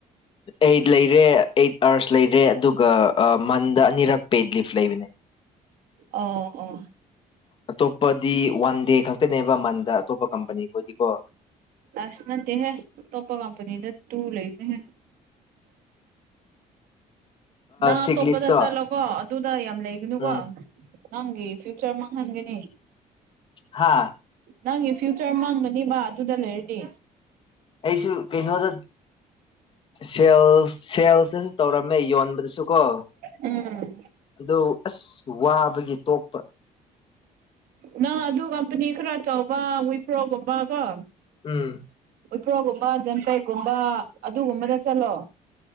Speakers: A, on the left (about 35°); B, on the right (about 85°).
A: ꯑꯩꯠ ꯂꯩꯔꯦ ꯑꯩꯠ ꯑꯥꯋꯥꯔꯁ ꯂꯩꯔꯦ ꯑꯗꯨꯒ ꯃꯟꯗ ꯑꯅꯤꯔꯛ ꯄꯦꯗ ꯂꯤꯐ ꯂꯩꯕꯅꯦ
B: ꯑꯣ ꯑꯣ
A: ꯑꯇꯣꯞꯄꯗꯤ ꯋꯥꯟ ꯗꯦ ꯈꯛꯇꯅꯦꯕ ꯃꯟꯗ ꯑꯇꯣꯞꯄ ꯀꯝꯄꯅꯤ ꯈꯣꯏꯗꯤꯀꯣ
B: ꯑꯁ ꯅꯠꯇꯦ ꯍꯥꯏꯦ ꯇꯣꯞꯄ ꯀꯝꯄꯅꯤꯗ ꯇꯨ ꯂꯩꯅꯦ ꯍꯥꯏꯌꯦ ꯅꯪ
A: ꯁꯤꯒꯂꯤꯐꯇꯣ
B: ꯑꯇꯣꯞꯄꯗ ꯆꯠꯂꯣꯀꯣ ꯑꯗꯨꯗ ꯌꯥꯝ ꯂꯩꯒꯅꯨꯀꯣ
A: ꯎꯝ
B: ꯅꯪꯒꯤ ꯐꯌꯨꯆꯔ ꯍꯪꯒꯅꯤ
A: ꯍꯥꯥ
B: ꯅꯪꯒꯤ ꯐ꯭ꯌꯨꯆꯔ ꯃꯥꯡꯒꯅꯤꯕ ꯑꯗꯨꯗ ꯂꯩꯔꯗꯤ
A: ꯑꯩꯁꯨ ꯀꯩꯅꯩꯅꯣꯗ ꯁꯦꯜ ꯁꯦꯜꯁꯤꯁꯨ ꯇꯧꯔꯝꯃꯦ ꯌꯣꯟꯕꯗꯁꯨ ꯀꯣ
B: ꯎꯝ
A: ꯑ ꯑꯁ ꯋꯥꯕꯒꯤ ꯇꯣꯛꯄ
B: ꯅꯪ ꯑꯗꯨ ꯀꯝꯄꯅꯤ ꯈꯔ ꯇꯧꯕ ꯋꯤꯄ꯭ꯔꯣꯒꯨꯝꯕ ꯀꯣ
A: ꯎꯝ
B: ꯎꯄ꯭ꯔꯣꯒꯨꯝꯕ ꯖꯝꯄꯦꯛꯒꯨꯝꯕ ꯑꯗꯨꯒꯨꯝꯕꯗ ꯆꯠꯂꯣ